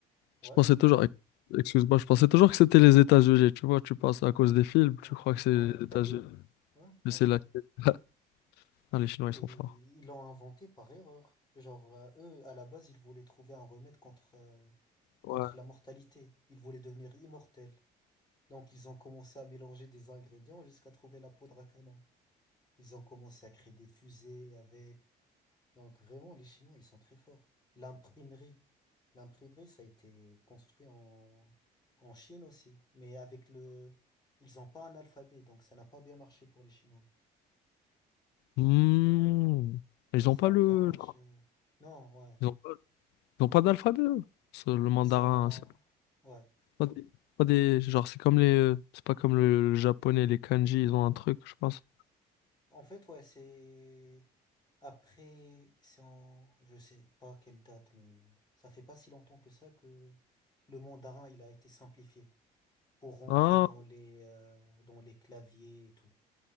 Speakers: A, on the left; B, on the left.
A: ouais,
B: Je pensais toujours. ex- Excuse-moi, je pensais toujours que c'était les États-Unis. Tu vois, tu penses à cause des films,
A: ouais,
B: tu crois que c'est
A: ouais,
B: les États-Unis.
A: t'as vu? Ouais,
B: Mais
A: ouais,
B: c'est la
A: ouais.
B: Chine. <laughs> Ah, les Chinois,
A: Et
B: ils sont
A: ils
B: forts.
A: l'ont inventé par erreur. Genre, euh, eux, à la base, ils voulaient trouver un remède contre... euh,
B: Ouais.
A: contre la mortalité. Ils voulaient devenir immortels. Donc ils ont commencé à mélanger des ingrédients jusqu'à trouver la poudre à canon. Ils ont commencé à créer des fusées avec. Donc vraiment, les Chinois, ils sont très forts. L'imprimerie. L'imprimerie, ça a été construit en, en Chine aussi. Mais avec le... Ils n'ont pas un alphabet, donc ça n'a pas bien marché pour les Chinois.
B: Hmm.
A: Mais
B: Ils
A: ça
B: ont pas
A: a
B: le.
A: bien marché. Non, ouais.
B: Ils ont, ils ont pas d'alphabet. eux. C'est Le mandarin,
A: Ils ont...
B: c'est
A: un- Ouais.
B: pas des. pas des- Genre, c'est comme les. C'est pas comme le, le japonais, les kanji, ils ont un truc, je pense.
A: En fait, ouais, c'est après, c'est en, je sais pas quelle date, mais ça fait pas si longtemps que ça que le mandarin il a été simplifié pour rentrer
B: Ah,
A: dans les euh, dans les claviers et tout.